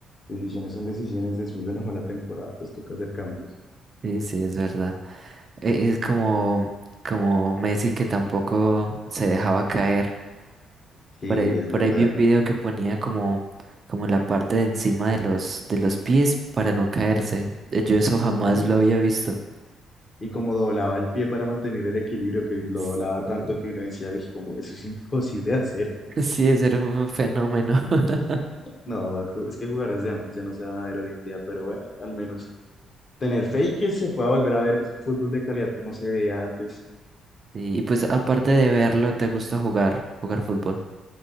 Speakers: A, on the left (about 40°); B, on the right (about 45°).
A: decisiones son decisiones. Después de la mala temporada, pues toca hacer cambios.
B: sí, sí, es verdad. E- Es como como Messi que tampoco se dejaba caer
A: Sí,
B: Por ahí,
A: es
B: por
A: verdad.
B: ahí vi un video que ponía como, como la parte de encima de los, de los pies para no caerse. Eh, Yo eso jamás
A: Ujú.
B: lo había visto.
A: y como doblaba el pie para mantener el equilibrio, que lo
B: Sí.
A: doblaba tanto
B: <laughs>
A: que uno decía, "Uy, como eso es imposible de hacer.
B: Sí, ese era un fenómeno. <laughs>
A: No, ju- es que jugadores de antes ya no se van a ver hoy en día, pero bueno, al menos tener fe y que se pueda volver a ver fútbol de calidad como se veía antes.
B: Y, y pues aparte de verlo, ¿te gusta jugar, jugar fútbol?